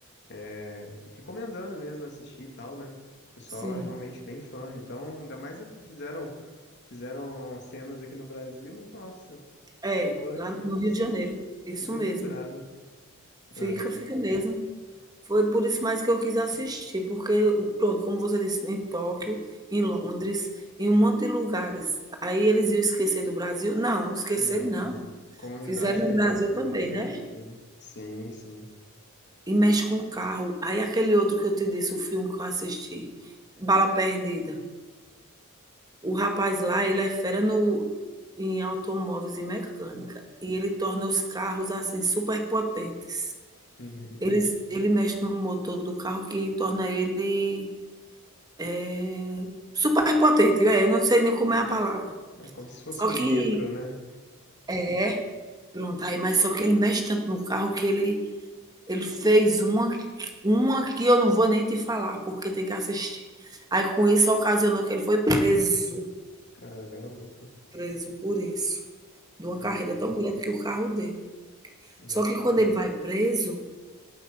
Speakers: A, on the left (about 55°); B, on the right (about 20°).
A: é, recomendando mesmo assistir e tal, né? O pessoal
B: Sim.
A: é realmente bem fã. Então, ainda mais é que fizeram fizeram cenas aqui no Brasil, <laughs> nossa. Soltou
B: É,
A: aqui,
B: lá no
A: pessoal.
B: Rio de Janeiro. Isso
A: Fica
B: mesmo.
A: vidrado.
B: Fica,
A: É,
B: fica mesmo. Foi por isso mais que eu quis assistir, porque, pronto, como você disse, em Tóquio, em Londres, em um monte de lugares. Aí eles iam esquecer do Brasil? Não, esquecer
A: não.
B: não.
A: Comunidade
B: Fizeram no
A: que
B: Brasil
A: gosta
B: também,
A: é bem grande
B: né?
A: aqui, né? Sim, sim.
B: E mexe com carro. Aí aquele outro que eu te disse, o filme que eu assisti, Bala Perdida. O rapaz lá, ele é fera no, em automóveis e mecânica. E ele torna os carros, assim, super potentes.
A: <laughs>
B: Eles, ele mexe no motor do carro que torna ele é, super potente é, eu não sei nem como é a palavra.
A: É como se fosse
B: Só
A: um
B: que
A: nitro, né?
B: é, pronto, aí mas só que ele mexe tanto no carro que ele ele fez uma uma que eu não vou nem te falar, porque tem que assistir. Aí com isso ocasionou que ele foi preso,
A: Caramba.
B: preso por isso, de uma
A: É,
B: carreira tão grande que o carro deu.
A: nossa.
B: Só que quando ele vai preso,